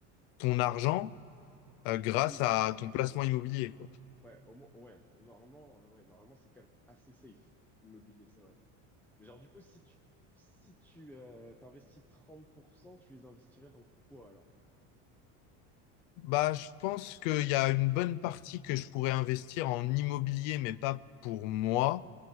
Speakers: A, on the left (about 70°); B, in the centre.
A: ton argent euh, grâce
B: oui,
A: à ton placement immobilier, quoi.
B: ouais, au moins, ouais, au- normalement, euh, ouais, normalement, c'est quand même assez safe, l'immobilier, c'est vrai. Mais genre, du coup, si tu, si tu, euh, t'investis 30%, tu les investirais dans quoi, alors?
A: Bah, je pense qu'il y a une bonne partie que je pourrais investir en immobilier, mais pas pour moi.